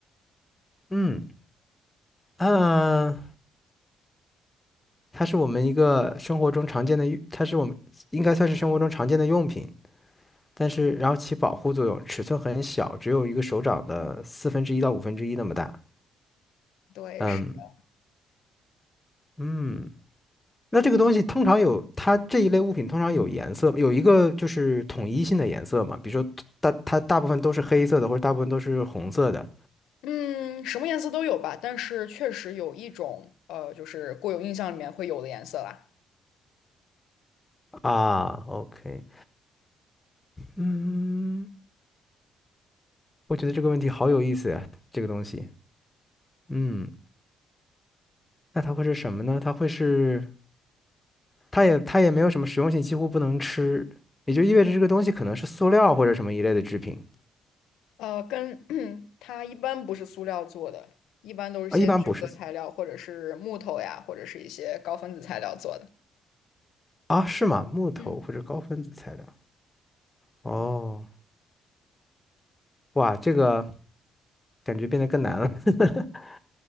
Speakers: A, on the left; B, on the left.
A: 嗯，呃，它是我们一个生活中常见的用，它是我们应该算是生活中常见的用品。但是然后起保护作用，尺寸很小，只有一个手掌的四分之一到五分之一那么大。
B: 对，
A: 嗯
B: 是的。
A: 嗯，那这个东西通常有它这一类物品通常有颜色，有一个就是统一性的颜色嘛，比如说大它大部分都是黑色的，或者大部分都是红色的
B: 嗯，什么颜色都有吧，但是确实有一种，呃，就是固有印象里面会有的颜色啦。
A: 啊。OK，嗯，我觉得这个问题好有意思呀，这个东西。嗯，那它会是什么呢？它会是它也它也没有什么实用性，几乎不能吃，也就意味着这个东西可能是塑料或者什么一类的制品。
B: 呃，跟 <clears throat> 它一般不是塑料做的，一般都是些聚合材料，
A: 啊，一般不是
B: 或者是木头呀，或者是一些高分子材料做的。
A: 啊，是吗？木头或者高分子材料。
B: 嗯。
A: 哦，哇，这个感觉变得更难了。<laughs>